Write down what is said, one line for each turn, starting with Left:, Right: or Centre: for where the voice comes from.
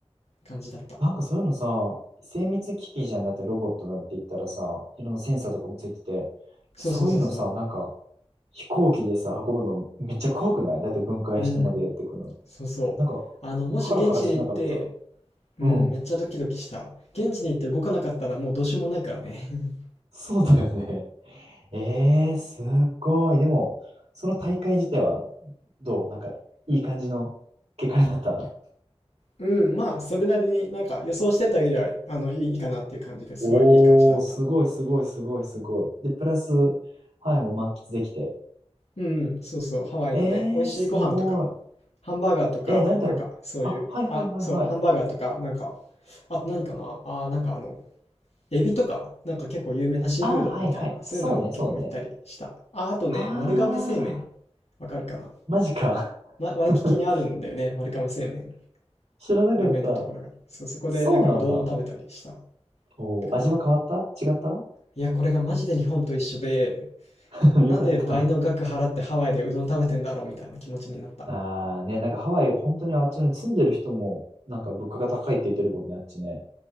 Left: 感じだった。
Right: なんかそういうのさ、精密機器じゃんだってロボットなんて言ったらさ、いろんなセンサーとかもついてて、
Left: そうそうそうそ
Right: そういうのさ、なんか飛行機でさ、運ぶのめっちゃ怖くないだって分解してまでやっていくの。
Left: う。うん、そうそう。
Right: なんか、
Left: あの、もし現地に行って、
Right: ハラハラしなかった。
Left: うん、
Right: うん。
Left: めっちゃドキドキした。現地に行って動かなかったらもうどうしようもないからね。<laughs>
Right: そうだよね。<laughs> えー、すごい。でも、その大会自体はどうなんか、いい感じの結果になった
Left: うん、まあ、それなりになんか予想してたよりは、あの、いいいいかなっていう感じですごいいい感じだった。
Right: おー、すごいすごいすごいすごい。で、プラス、はい、もう満喫できて。
Left: うん、そうそう、ハワイのね、
Right: えー、
Left: 美味しいご飯とか、
Right: すごい。
Left: ハンバーガーとか、
Right: え、何食べ、
Left: なんかそういう、
Right: あ、はいはいはいはい。
Left: あ、そう、ハンバーガーとか、なんか、あと何かな、あー、なんかあの、エビとか、なんか結構有名なシーフードみたいな、
Right: あ、はいはい。
Left: そういうのに結構行ったりした。
Right: そうね、そうね。
Left: あ、あとね、
Right: あ
Left: 丸亀製麺、わかるかな、
Right: ー、マジか。
Left: ま、ワイキキにあるんだよね、
Right: <laughs>
Left: 丸亀製麺、
Right: 知らなかった。
Left: 有名なところが。そう、そこでなんかうどんを食べたりした
Right: そうなんだ。おー、
Left: かな。
Right: 味は変わった違った
Left: いや、これがマジで日本と一緒で、
Right: <laughs>
Left: なんで倍の額払ってハワイでうどん食べてんだろうみたいな気持ちになった。
Right: よかった。あーね、なんかハワイ、本当にあっちの住んでる人も、なんか物価が高いって言ってるもんね、あっちね。